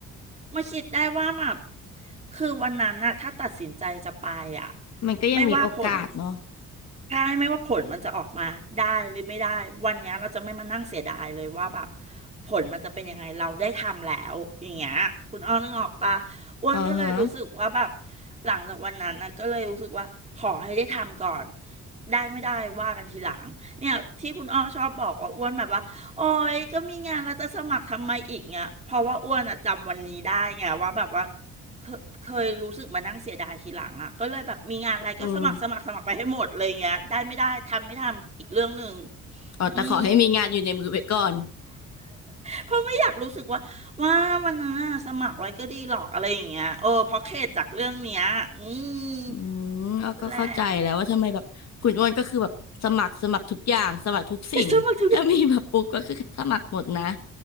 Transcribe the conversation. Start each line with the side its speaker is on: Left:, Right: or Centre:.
Right: มาคิดได้ว่าแบบคือวันนั้นน่ะถ้าตัดสินใจจะไปอ่ะ
Left: มันก็ยังมีโอกาสเนาะ
Right: ไม่ว่าผล ใช่ไม่ว่าผลมันจะออกมาได้หรือไม่ได้วันเนี้ยเราจะไม่มานั่งเสียดายเลยว่าแบบผลมันจะเป็นยังไงเราได้ทำแล้วอย่างเงี้ยคุณอ้อนึกออกปะอ้วนก็เลยรู้สึกว่าแบบ
Left: เอือฮะ
Right: หลังจากวันนั้นนะก็เลยรู้สึกว่าขอให้ได้ทำก่อนได้ไม่ได้ว่ากันทีหลังเนี่ยที่คุณอ้อชอบบอกว่าอ้วนแบบว่าโอ้ยก็มีงานเราจะสมัครทำไมอีกเนี่ยเพราะว่าอ้วนอะจำวันนี้ได้ไงว่าแบบว่า เคยเคยรู้สึกมานั่งเสียดายทีหลังอ่ะก็เลยแบบมีงานอะไรก็สมัครสมัครสมัครไปให้หมดเลยอย่างเงี้ยได้ไม่ได้ทำไม่ทำอีกเรื่องหนึ่ง
Left: อืมอ๋อแต่ขอให้มีงานอยู่ในมือไว้ก่อน
Right: อืมเพราะไม่อยากรู้สึกว่าว่าวันนั้นน่ะสมัครไว้ก็ดีหรอกอะไรอย่างเงี้ยเออเพราะเข็ดจากเรื่องเนี้ยอืม
Left: อืมเอาก็เข้าใจแล้วว่าทำไมแบบคุณอ้วนก็คือแบบสมัครสมัครทุกอย่างสมัครทุกสิ่งถ้ามีมาปุ๊บก็คือสมัครหมดนะ
Right: แหละ <laughs> สมัครทุกอย่าง